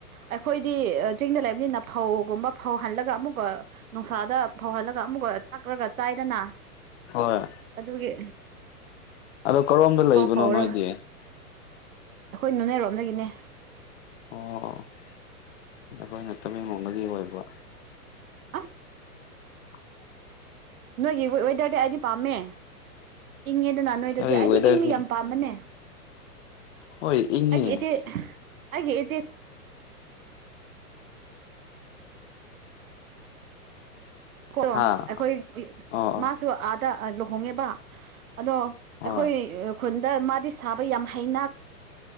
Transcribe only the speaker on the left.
ꯍꯣꯏ
ꯑꯗꯣ ꯀꯔꯣꯝꯗ ꯂꯩꯕꯅꯣ
ꯅꯣꯏꯗꯤ
ꯑꯣ ꯑꯩꯈꯣꯏꯅ ꯇꯃꯦꯡꯂꯣꯡꯗꯒꯤ ꯑꯣꯏꯕ
<inaudible>
ꯍꯣꯏ
ꯋꯦꯗꯔꯁꯦ
ꯍꯣꯏ ꯏꯪꯉꯦ
ꯍꯥ
ꯑꯣ ꯑꯣ
ꯍꯣꯏ